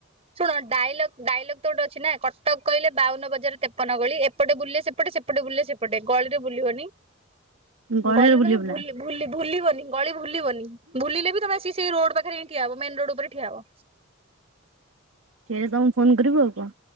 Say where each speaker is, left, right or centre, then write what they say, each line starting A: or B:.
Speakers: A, on the right (about 30°); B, on the right (about 70°).
A: ଶୁଣ ଡାଇଲଗ୍, ଡାଇଲଗ୍ ତ ଗୋଟେ ଅଛି ନା କଟକ କହିଲେ ବାଉନ ବଜାର ତେପନ ଗଳି ଏପଟେ ବୁଲିଲେ ସେପ ସେପଟେ ସେପଟେ ବୁଲିଲେ ସେପଟେ ଗଳିରେ ବୁଲିବନି।
B: ଗଳେରେ
A: ଗଳିରେ
B: ବୁଲିବୁନା
A: ତମେ ଭୁଲି ଭୁଲି ଭୁଲିବନି ଗଳି ଭୁଲିବନି ଭୁଲିଲେ ବି ତମେ ଆସି ସେଇ ରୋଡ ପାଖରେ ହିଁ ଠିଆହବୁ ମେନ୍ ରୋଡ ଉପରେ ଠିଆହବ।
B: ଠିଆହେଇ ତମକୁ ଫୋନ କରିବୁ ଆଉ କଣ।